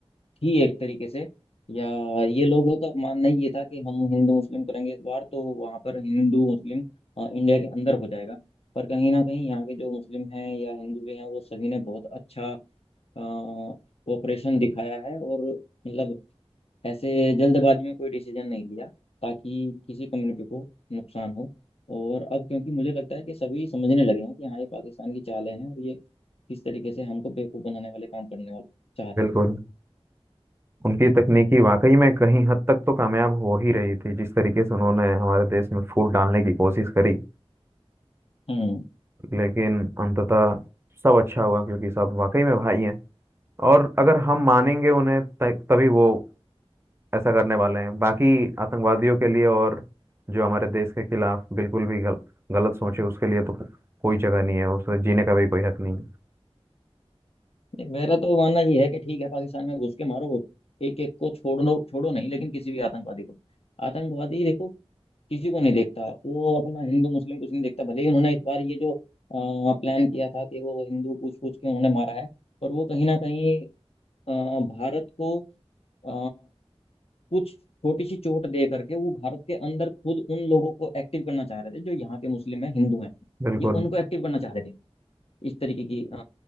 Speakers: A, on the left (about 70°); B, on the right (about 25°).
A: थी एक तरीके से या ये लोगों का मानना ये था कि हम हिंदू मुस्लिम करेंगे इस बार तो वहां पर हिंदू मुस्लिम अ, इंडिया के अंदर हो जाएगा पर कहीं ना कहीं यहाँ के जो मुस्लिम हैं या हिंदू भी हैं वो सभी ने बहुत अच्छा कोऑपरेशन दिखाया है और मतलब ऐसे जल्दबाजी में कोई डिसीजन नहीं लिया ताकि किसी कम्युनिटी को नुकसान हो और अब क्योंकि मुझे लगता है कि सभी समझने लगे हैं कि हाँ ये पाकिस्तान की चालें हैं और ये किस तरीके से हमको बेवकूफ़ बनाने वाले काम करने वाले चाह रहे
B: बिल्कुल
A: हैं ये
B: उनकी तकनीकी वाकई में कहीं हद तक तो कामयाब हो ही रही थी जिस तरीके से उन्होंने हमारे देश में फूट डालने की कोशिश करी
A: हम्म
B: लेकिन अंततः सब अच्छा हुआ क्योंकि सब वाकई में भाई हैं और अगर हम मानेंगे उन्हें त- तभी वो ऐसा करने वाले हैं बाकी आतंकवादियों के लिए और जो हमारे देश के खिलाफ बिल्कुल भी गल, गलत सोचे उसके लिए तो को- कोई जगह नहीं है उसे जीने का भी कोई हक नहीं है
A: देख, मेरा तो मानना ये है कि ठीक है पाकिस्तान में घुस के मारो एक एक को छोड़ो छोड़ो नहीं लेकिन किसी भी आतंकवादी को आतंकवादी देखो किसी को नहीं देखता वो अपना हिंदू मुस्लिम कुछ नहीं देखता भले ही उन्होंने इस बार ये जो प्लान किया था कि वो हिंदू पूछ पूछ के उन्होंने मारा है पर वो कहीं ना कहीं अ, भारत को अ, कुछ छोटी सी चोट दे करके वो भारत के अंदर खुद उन लोगों को एक्टिव करना चाह रहे थे जो यहाँ के मुस्लिम हैं हिंदू हैं
B: बिल्कुल
A: ये उनको एक्टिव करना चाह रहे थे इस तरीके की अ,